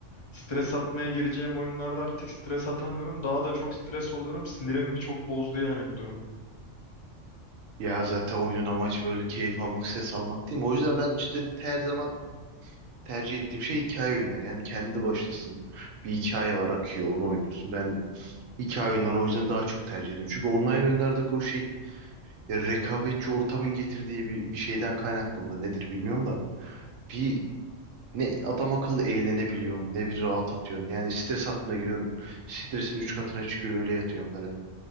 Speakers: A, on the left (about 40°); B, on the right (about 90°).
A: Stres atmaya gireceğim oyunlarda artık stres atamıyorum. Daha da çok stres oluyorum. Sinirimi çok bozdu yani bu durum.
B: Ya zaten oyunun amacı böyle keyif almak, ses almak değil mi? O yüzden ben işte her zaman tercih ettiğim şey hikaye oyunları. Yani kendi başlasın. Bir hikaye var akıyor, onu oynuyorsun. Ben hikaye oyunlarını o yüzden daha çok tercih ediyorum. Çünkü online oyunlardaki o şey ya rekabetçi ortamın getirdiği bir, bir şeyden kaynaklı mıdır nedir bilmiyorum da. Bir ne adam akıllı eğlenebiliyorsun ne bir rahat atıyorsun. Yani stres altına giriyorsun. Stresin üç katına çıkıyor öyle yatıyorsun falan.